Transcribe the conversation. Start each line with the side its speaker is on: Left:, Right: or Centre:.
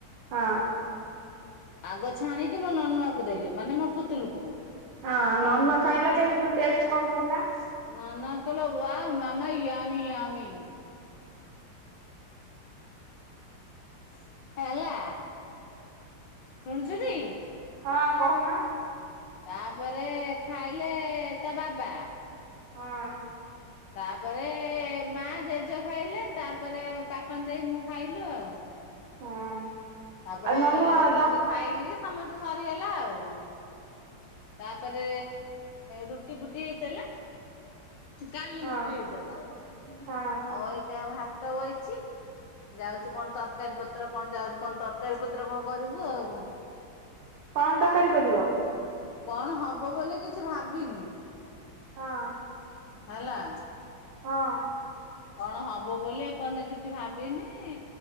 Right: ହଁ।
Left: ଆଗ ଛାଣିକି ମୋ ନନୁଆକୁ ଦେଲି ମାନେ ମୋ ପୁତୁଲୁକୁ।
Right: ହଁ ନନୁଆ ଖାଇଲା କେମିତି ଟେଷ୍ଟ କଣ କହିଲା?
Left: ନନୁଆ କହିଲା ୱା, ମାମା ୟାମି ୟାମି। <unintelligible> ହେଲା। ଶୁଣୁଛୁ କି?
Right: ହଁ, କହୁନ।
Left: ତାପରେ ଖାଇଲେ ତା ବାବା।
Right: ହଁ।
Left: ତାପରେ ମା ଜେଜ ଖାଇଲେ, ତାପରେ ପାକନ ଦେଇ ମୁଁ ଖାଇଲୁ ଆଉ।
Right: ହଁ।
Left: ତାପରେ
Right: ଆଉ ନନୁଆ ବା
Left: ଏମିତି ଖାଇକି, ସମସ୍ତେ ସରିଗଲା ଆଉ। ତାପରେ, ରୁଟି ଫୁଟି ହେଇଥେଲା, କାଲି
Right: ହଁ
Left: ରୁଟି ହେଇଥିଲା।
Right: ହଁ।
Left: ଆଉ ଅଇକା ଭାତ ବଇଚି, ଯାଉଚି କଣ ତର ତରକାରୀ ପତ୍ର, କଣ ଯାଉଚୁ କଣ ତରକାରୀ ପତ୍ର କଣ କରିବୁ ଆଉ।
Right: କଣ ତରକାରୀ କରିବ?
Left: କଣ ହବ ବୋଲି କିଛି ଭାବିନି।
Right: ହଁ।
Left: ହେଲା।
Right: ହଁ।
Left: କଣ ହବ ବୋଲି ଏ ପର୍ଯ୍ୟନ୍ତ କିଛି ଭାବିନି।